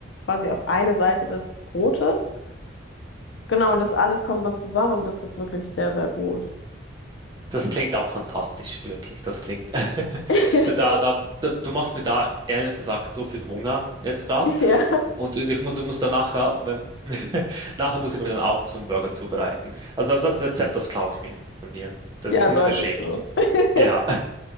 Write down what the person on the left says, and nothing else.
quasi auf eine Seite des Brotes. Genau, und das alles kommt dann zusammen und das ist wirklich sehr, sehr gut.
<laughs>
Ja,
ja,
solltest du. <laughs>